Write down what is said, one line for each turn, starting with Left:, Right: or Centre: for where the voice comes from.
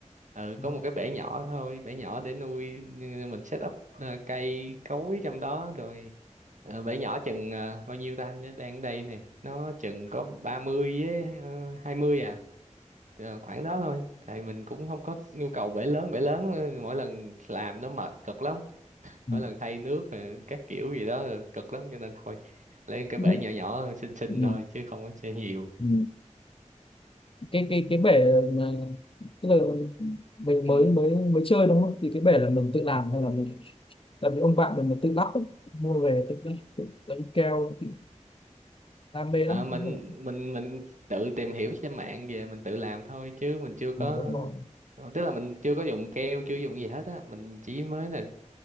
Right: ừ
Left: Ừ.
Right: có một cái bể nhỏ thôi bể nhỏ để nuôi mình set up ờ, cây cối trong đó rồi Ờ, bể nhỏ chừng ờ, bao nhiêu ta anh nhớ đang ở đây nè nó chừng có 30 với ờ, 20 à Ờ, khoảng đó thôi tại mình cũng không có nhu cầu bể lớn bể lớn ờ, mỗi lần làm nó mệt cực lắm
Left: Ừ.
Right: mỗi lần thay nước rồi các kiểu gì đó là cực lắm cho nên thôi lấy cái bể
Left: Ừ.
Right: nhỏ nhỏ xinh xinh
Left: Ừ.
Right: thôi chứ không có chơi nhiều
Left: Ừ. cái cái cái bể mà tức là mình
Right: ừ.
Left: mới mới mới chơi đúng không thì cái bể là mình tự làm hay là mình là vì ông bạn mình là tự lắp ấy. mua về tự tự lấy keo tự đam mê lắm
Right: Ờ, mình
Left: không được
Right: mình mình tự tìm hiểu trên mạng về mình tự làm thôi chứ mình chưa có
Left: mình muốn
Right: ờ, tức là mình chưa có dùng keo chưa dùng gì hết á mình chỉ mới là